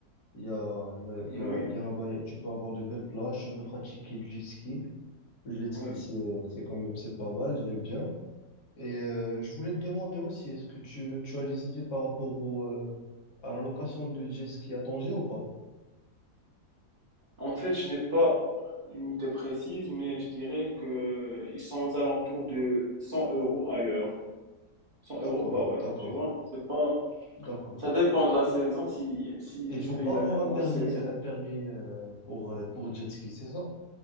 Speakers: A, on the left; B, on the right.
A: Il y a, il y a, il
B: Oui,
A: y a, il y a là-bas, il y a- tu peux avoir de belles plages, tu peux pratiquer du jet ski. Le jet ski
B: oui.
A: c'est, c'est quand même, c'est pas mal, j'aime bien. Et euh, je voulais te demander aussi, est-ce que tu, tu as des idées par rapport au, euh, à la location de jet ski à Tanger ou pas?
B: En fait, je n'ai pas une idée précise, mais je dirais que ils sont aux alentours de 100 euros à l'heure, cent
A: D'accord,
B: euros par heure,
A: d'accord,
B: tu vois. C'est pas,
A: d'accord.
B: ça dépend de la saison, si, l'y- si
A: Il faut
B: tu veux
A: pas
B: y aller
A: avoir
B: en
A: un permis,
B: haute saison.
A: un permis euh, pour, euh, pour jet ski, c'est ça?